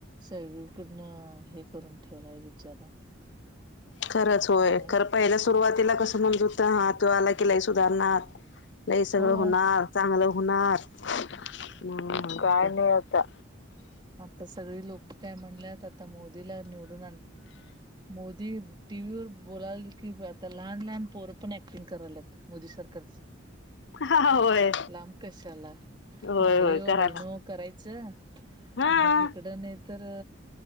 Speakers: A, on the right; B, on the left.
A: सगळीकडनं हे करून ठेवलाय बिचारा
B: खरंच होय
A: काय
B: खरं पहिल्या सुरुवातीला कसं म्हणजुता ते आला कि लई सुधारणार लय सगळं
A: होय
B: होणार चांगलं होणार म काय नाही आता
A: आता सगळी लोक काय म्हणल्यात आता मोदीला निवडून आण मोदी टी व्ही वर बोलाल की आता लहान लहान पोर पण ऍक्टिंग करायला लागली मोदी सरकारच
B: हा होय
A: लांब कशाला
B: होय
A: भाइयो
B: होय करा
A: बहनो करायचं
B: हा
A: आणि हिकडं नाही तर